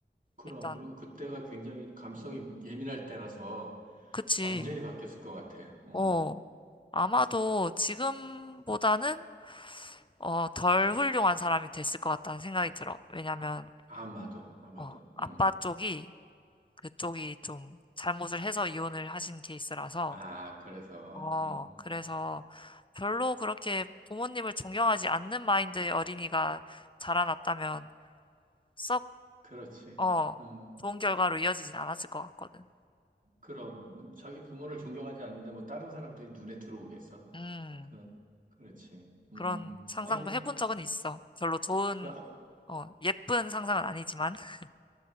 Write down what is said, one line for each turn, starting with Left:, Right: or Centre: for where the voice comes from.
Right: 그럼.
Left: 일단,
Right: 그리고 그때가 굉장히 감성이 예민할 때라서
Left: 그치.
Right: 완전히 바뀌었을 것 같아. 어,
Left: 어, 아마도 지금보다는 어, 덜 훌륭한 사람이 됐을 것 같다는 생각이 들어. 왜냐면,
Right: 아마도, 아마도,
Left: 어, 아빠
Right: 어.
Left: 쪽이 그쪽이 좀 잘못을 해서 이혼을 하신 케이스라서,
Right: 아, 그래서,
Left: 어,
Right: 음,
Left: 그래서 별로 그렇게 부모님을 존경하지 않는 마인드의 어린이가 자라났다면 썩,
Right: 그렇지,
Left: 어,
Right: 응.
Left: 좋은 결과로 이어지진 않았을 것 같거든.
Right: 그럼 뭐 자기 부모를 존경하지 않는데 뭐 다른 사람들이 눈에 들어오겠어?
Left: 음,
Right: 그 그렇지. 음,
Left: 그런 상상도
Right: 아이고
Left: 해본 적은
Right: 그,
Left: 있어. 별로 좋은,
Right: 그 아,
Left: 어, 예쁜 상상은 아니지만. <laughs>